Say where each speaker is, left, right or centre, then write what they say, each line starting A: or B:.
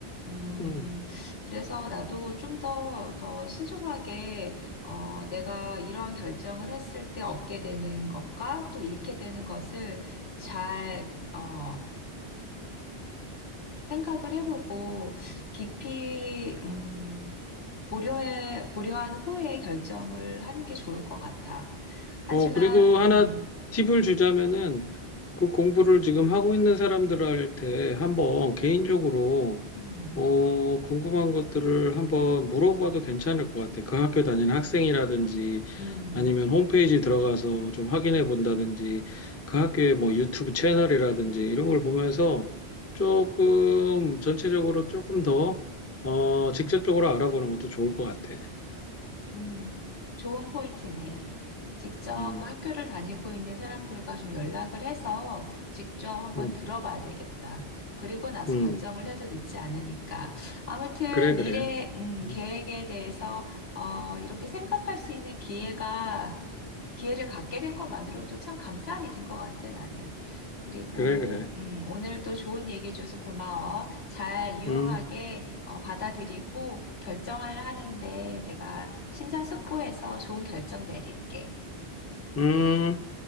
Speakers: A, on the left; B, on the left.
A: 음,
B: 음.
A: 그래서 나도 좀 더, 더 신중하게, 어, 내가 이런 결정을 했을 때 얻게 되는 것과 또 잃게 되는 것을 잘, 어, 생각을 해보고 깊이, 음, 고려해, 고려한 후에 결정을 하는 게 좋을 것 같아. 하지만,
B: 어, 그리고
A: 음,
B: 하나 팁을 주자면은 그 공부를 지금 하고 있는 사람들한테 한번 개인적으로
A: 음,
B: 어, 궁금한 것들을 한번 물어봐도 괜찮을 것 같아. 그 학교 다니는 학생이라든지
A: 음.
B: 아니면 홈페이지 들어가서 좀 확인해 본다든지 그 학교의 뭐 유튜브 채널이라든지 이런 걸 보면서 조금 전체적으로 조금 더 어, 직접적으로 알아보는 것도 좋을 것 같아.
A: 음, 좋은 포인트네. 직접
B: 음,
A: 그 학교를 다니고 있는 사람들과 좀 연락을 해서 직접 한번
B: 음,
A: 들어봐야 되겠다. 그리고 나서
B: 음.
A: 결정을 해도 늦지 않으니까. 아무튼
B: 그래,
A: 미래,
B: 그래.
A: 음,
B: 음.
A: 계획에 대해서, 어, 이렇게 생각할 수 있는 기회가, 기회를 갖게 된 것만으로도 참 감사한 일인 것 같아, 나는. 그리고,
B: 그래, 그래.
A: 음, 오늘도 좋은 얘기해줘서 고마워. 잘 유용하게
B: 응,
A: 어, 받아들이고 결정을 하는데 내가 심사숙고해서 좋은 결정 내릴게.
B: 응.